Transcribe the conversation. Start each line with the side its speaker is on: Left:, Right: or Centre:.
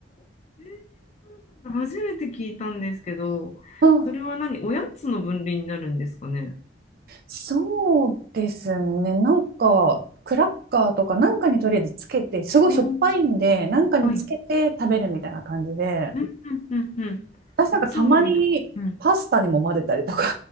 Left: なんだ初めて聞いたんですけど、
Right: うん
Left: それは何、おやつの分類になるんですかね。
Right: そうですね。なんか、クラッカーとかなんかにとりあえずつけて、すごいしょっぱいんで、
Left: うん。
Right: なんかにつけて食べるみたいな感じで、
Left: はい。うんうんうんうん。
Right: 私なんかたまにパスタにも混ぜたりとか
Left: おつまみとか。うん。